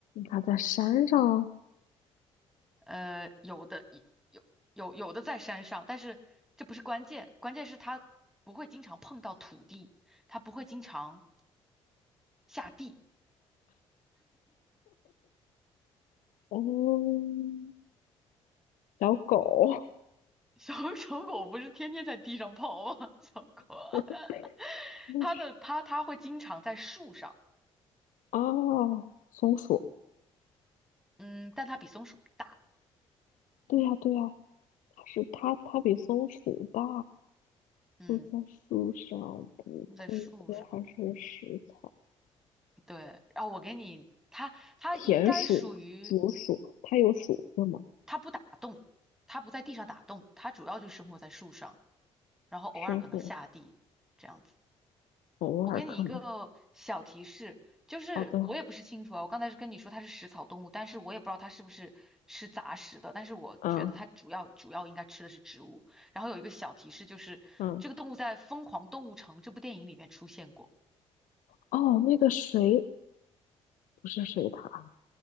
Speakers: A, on the left; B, in the centre.
A: 它在山上。
B: 呃，有的有有有的在山上，但是这不是关键，关键是它不会经常碰到土地，它不会经常下地。
A: 嗯，小狗
B: 小 <laughs> 小狗不是天天在地上跑吗？<laughs> 小狗，<laughs>
A: <laughs>，那是
B: 它的它它会经常在树上，
A: 啊，松鼠。
B: 嗯，但它比松鼠大，
A: 对呀，对呀，它是它，它比松鼠大，
B: 嗯，
A: 住在树上不会飞，
B: 在树上。
A: 还是食草？
B: 对，然后我给你，它它应该属于
A: 田鼠、竹鼠，它有鼠子吗？
B: 它不打洞，它不在地上打洞，它主要就生活在树上，然后偶尔可能下地这样子。
A: 身份偶尔可能。
B: 我给你一个小提示，就是我也不是清楚啊，
A: 好的，
B: 我刚才是跟你说它是食草动物，但是我也不知道它是不是吃杂食的，但是我觉得它主要主要应该吃的是植物。
A: 嗯
B: 然后有一个小提示，就是这个动物在《疯狂动物城》这部电影里面出现过，
A: 嗯，哦，那个水不是水獭，